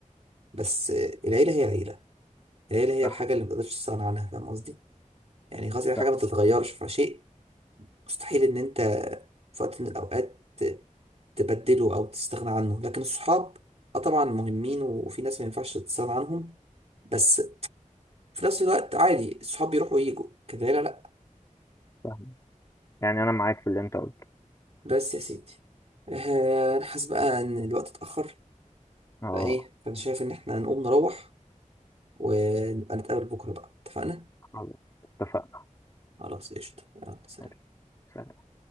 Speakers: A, on the right (about 50°); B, on the left (about 25°).
A: بس العيلة هي عيلة العيلة هي
B: صح
A: الحاجة اللي متقدرش تستغنى عنها فاهم قصدي؟ يعني خلاص هي
B: صح
A: حاجة ما تتغيرش فشيء مستحيل إن أنت في وقت من الأوقات ت- تبدله أو تستغنى عنه لكن الصحاب أه طبعا مهمين وفي ناس ما ينفعش تستغنى عنهم بس في نفس الوقت عادي الصحاب بيروحوا ويجوا كده العيلة لأ
B: صح يعني أنا معاك في اللي أنت قلته
A: بس يا سيدي آه، أنا حاسس بقى إن الوقت اتأخر
B: اه
A: فإيه فأنا شايف إن إحنا نقوم نروح ونبقى نتقابل بكرة بقى اتفقنا؟
B: خلاص اتفقنا
A: خلاص قشطة يلا سلام
B: ماشي. سلام.